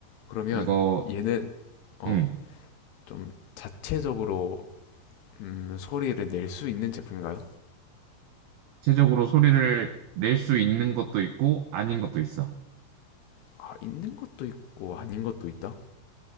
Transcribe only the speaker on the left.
그러면
얘는, 어,
좀 자체적으로 음, 소리를 낼 수 있는 제품인가요?
아, 있는 것도 있고 아닌 것도 있다?